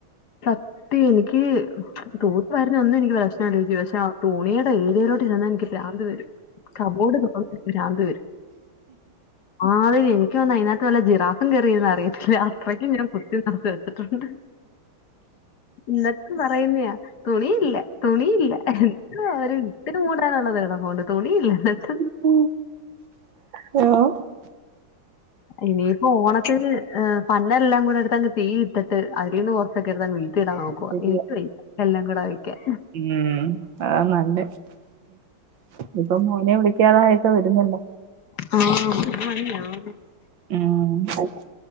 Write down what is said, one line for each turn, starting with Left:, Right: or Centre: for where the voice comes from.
Left: സത്യം എനിക്ക് തൂത് വരുന്ന ഒന്നും എക്ക് പ്രശ്നംല്ലോചിച്ചു പക്ഷെ ആ തുണിടെ ഏരിയയിലോട്ട് ചെന്നാ എനിക്ക് പ്രരാന്ത് വരും കബോർഡ് തുറന്ന പ്രാന്ത് വരും ആഹ അതെ എനിക്ക് തോനുന്നു അതിനകത്ത് വല്ല ജിറാഫും കയറിയന്ന് അറിയത്തില്ലേ അത്രക്കും ഞാൻ കുത്തി നിറത്തി വെച്ചിട്ടുണ്ട് ഇന്നട്ട് പറയുന്നയാ തുണിയില്ല തുണിയില്ല ഒരു ഇട്ട് മൂടാനുള്ളത് കിടപ്പുണ്ട് തുണിയില്ല എന്നിട്ട്
Right: മ് ഹലോ
Left: ഇനിയിപ്പോ ഓണത്തിന് പന്ന എല്ലാം കൂടെ എടുത്ത് അങ്ങ് തീ ഇട്ടിട്ട് അടിന്ന് സക്കടു വീട്ടിടാൻ നോക്കുവാ
Right: ശരിയാ
Left: എനിക്ക് വയ്യ എല്ലാം കൂടെ വെക്കാൻ
Right: ഉം അത നല്ല ഇപ്പൊ മോനെ വിളിക്കാതായക്കെ വരുന്നില്ല
Left: ആഹ അ മണില്ലണോ
Right: ഉംമ്മ് മ്